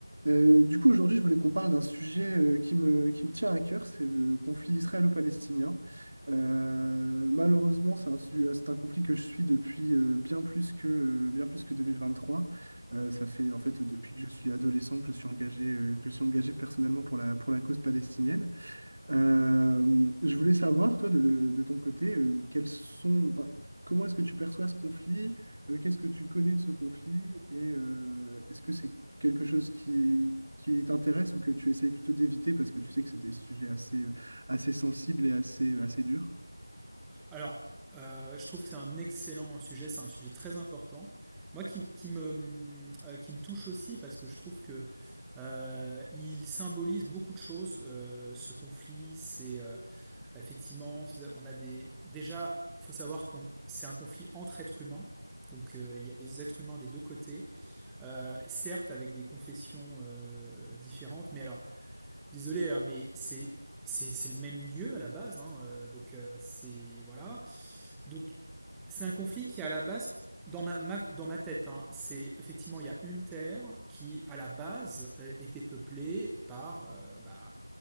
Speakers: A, on the right; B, in the centre.
A: Euh, du coup, aujourd'hui, je voulais qu'on parle d'un sujet euh, qui me, qui me tient à cœur, c'est le conflit israélo-palestinien. Euh, malheureusement, c'est un, su- c'est un conflit que je suis depuis euh, bien plus que, euh, bien plus que 2023. Euh, ça fait en fait depuis que je suis adolescent que je suis engagé, euh, que je suis engagé personnellement pour la, pour la cause palestinienne. Euh, je voulais savoir, toi, de, de ton côté, euh, quels sont, enfin, comment est-ce que tu perçois ce conflit? Euh, qu'est-ce que tu connais de ce conflit? Et euh, est-ce que c'est quelque chose qui, qui t'intéresse ou que tu essayes plutôt d'éviter parce que tu sais que c'est des sujets assez, euh, assez sensibles et assez, assez durs?
B: Alors, euh, je trouve que c'est un excellent sujet, c'est un sujet très important. Moi, qui, qui me, euh, qui me touche aussi parce que je trouve que euh, il symbolise beaucoup de choses, euh, ce conflit. C'est euh, effectivement, on a des. Déjà, faut savoir qu'on c'est un conflit entre êtres humains. Donc, euh, il y a des êtres humains des deux côtés, Euh, certes avec des confessions euh, différentes. Mais alors, je suis désolé, hein, mais c'est c'est c'est le même Dieu à la base. hein, euh, donc, euh, c'est voilà. Donc, c'est un conflit qui, à la base, dans ma, ma- dans ma tête, hein, c'est effectivement, il y a une terre qui, à la base, euh, était peuplée par euh, bah,